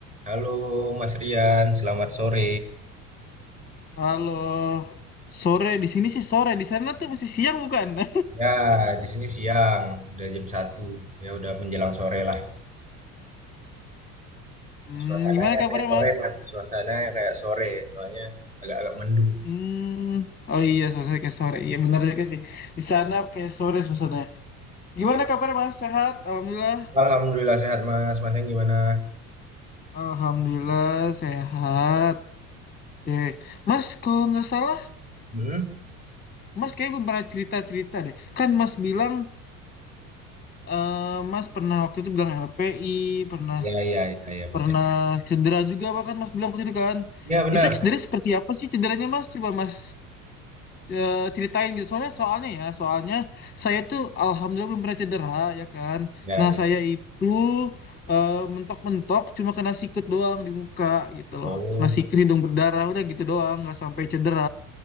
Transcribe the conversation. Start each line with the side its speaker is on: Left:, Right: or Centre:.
Right: Halo Mas Rian, selamat sore.
Left: Halo, sore di sini sih sore di sana tuh masih siang bukan? <laughs>
Right: Ya, di sini siang, udah jam satu, Ya udah menjelang sore lah.
Left: Hmm,
Right: Suasananya
Left: gimana kabarnya
Right: kayak sore,
Left: Mas?
Right: Mas. Suasananya kayak sore, soalnya agak-agak mendung.
Left: Hmm, oh iya suasana kayak sore, iya benar juga sih. Di sana kayak sore suasananya.
Right: Iya.
Left: Gimana kabarnya Mas? Sehat? Alhamdulillah.
Right: Alhamdulillah sehat, Mas. Masnya gimana?
Left: Alhamdulillah sehat. Oke, Mas kalau nggak salah,
Right: Hmm?
Left: Mas kayaknya belum pernah cerita cerita deh. Kan Mas bilang, eh, Mas pernah waktu itu bilang LPI, pernah
Right: Ya, ya, ya, ya, betul.
Left: pernah cedera juga bahkan Mas bilang tadi kan.
Right: Ya, benar.
Left: Itu cedera seperti apa sih cederanya Mas? Coba Mas eh, ceritain gitu. Soalnya soalnya ya, soalnya saya tuh alhamdulillah belum pernah cedera ya kan.
Right: Ya,
Left: Nah,
Right: ya.
Left: saya itu eh, mentok-mentok cuma kena sikut doang di muka gitu loh.
Right: Oh,
Left: Kena sikut
Right: gitu.
Left: hidung berdarah udah gitu doang, nggak sampai cedera.